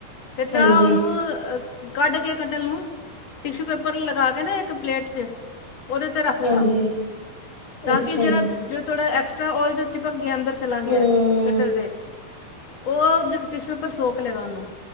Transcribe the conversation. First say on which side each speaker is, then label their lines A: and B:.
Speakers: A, on the left (about 45°); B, on the left (about 25°).
A: ਤੇ ਤਾਂ
B: ਹਾਂਜੀ
A: ਉਹਨੂੰ ਕੱਢ ਕੇ ਕਟਲ ਨੂੰ ਟਿਸ਼ੂ ਪੇਪਰ ਲਗਾ ਕੇ ਨਾ ਇੱਕ ਪਲੇਟ ਚ ਉਹਦੇ 'ਤੇ ਰੱਖਦਾ
B: ਹਾਂਜੀ।
A: ਤਾਂ
B: ਅੱਛਾ
A: ਕਿ ਜਿਹੜਾ
B: ਜੀ
A: ਜੋ ਥੋੜਾ ਐਕਸਟਰਾ ਓਇਲ ਜੋ ਚਿਪਕ ਗਿਆ ਅੰਦਰ ਚਲਾ ਗਿਆ
B: ਹੂੰ
A: ਕਟਲ ਤੇ ਉਹ ਜਦੋ ਟਿਸ਼ੂ ਪੇਪਰ ਸੋਕ ਲਗਾ ਉਹਨੂੰ